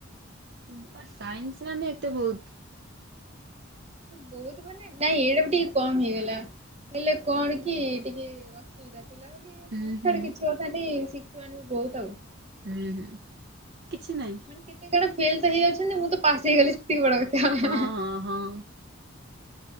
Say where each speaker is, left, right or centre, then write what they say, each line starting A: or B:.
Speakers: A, on the right (about 50°); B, on the right (about 30°).
A: ମୋର ସାଇନ୍ସ ମାନେ ଏତେ ବହୁତ।
B: ବହୁତ ମାନେ ନାଇଁ ଏଇଟା ବି ଟିକେ କମ ହେଇଗଲା। ହେଲେ କଣ କି ଟିକେ ଅସ ଅସୁବିଧା ଥିଲା ବୋଲି ହଁ
A: ହୁଁ ହୁଁ
B: ଛାଡ କିଛି ଅଟାବି ଶିଖିବାନି ବହୁତ ଆଉ।
A: ହୁଁ, ହୁଁ, କିଛି ନାଇଁ।
B: ମାନେ କେତେ ଜଣ ଫେଲ୍ ତ ହେଇ ଯାଉଛନ୍ତି। ମୁଁ ତ ପାସ୍ ହେଇଗଲି ସେତିକି ବଡ କଥା।
A: ହଁ ହଁ ହଁ।